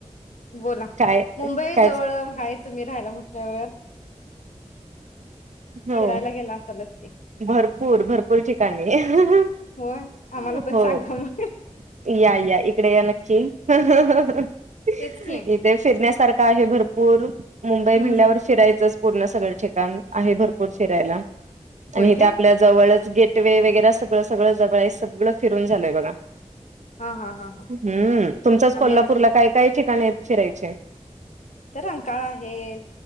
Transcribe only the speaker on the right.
काय
कायच
हो
भरपूर भरपूर ठिकाणी हा..
हा..
हो
या या इकडे या नक्की ह ह ह <unintelligible> इथे
शे फिरण्यासारखं आहे भरपूर मुंबई
म्हणल्यावर
फिरायचंच पूर्ण सगळं ठिकाण आहे भरपूर फिरायला
आणि इथे
आपल्या जवळच गेट वे वगैरे सगळं सगळं जवळ आहे, सगळं फिरून झालय बघा
हम्म, तुमचाच कोल्हापूरला
काय काय ठिकाणी फिरायचेय